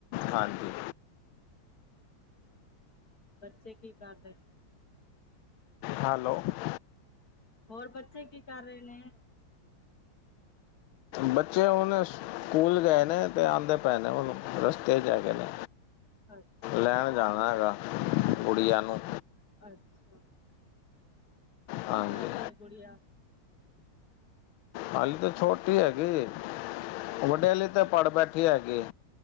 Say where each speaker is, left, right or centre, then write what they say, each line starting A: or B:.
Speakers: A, on the left; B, on the left.
A: ਹਾਂਜੀ
B: ਬੱਚੇ ਕੀ ਕਰ ਰਹੇ ਏ
A: ਹੈਲੋ ਓ
B: ਹੋਰ ਬੱਚੇ ਕੀ ਕਰ ਰਹੇ ਨੇ ਏ
A: ਬੱਚੇ ਹੁਣ ਸ ਸਕੂਲ ਗਏ ਨੇ ਤੇ ਆਦੇ ਪਏ ਨੇ ਉਹਨੂੰ ਰਸਤੇ ਚ ਹੈਗੇ ਏ ਨੇ
B: ਅੱਛਾ
A: ਲੈਣ ਜਾਣਾ ਹੈਗਾ ਗੁਡੀਆਂ ਨੂੰ
B: ਅੱਛਾ ਆ ਕੀ
A: ਹਾਂਜੀ
B: ਕਰਦੀਆ ਗੁਡੀਆਂ
A: ਹਲੀ ਤੇ ਛੋਟੀ ਹੈਗੀ ਈ
B: ਅੱਛਾ
A: ਵੱਡੇ ਆਲੇ ਏ ਉਹ ਤੇ ਪੜ੍ਹ ਬੈਠੇ ਹੈਗੇ ਏ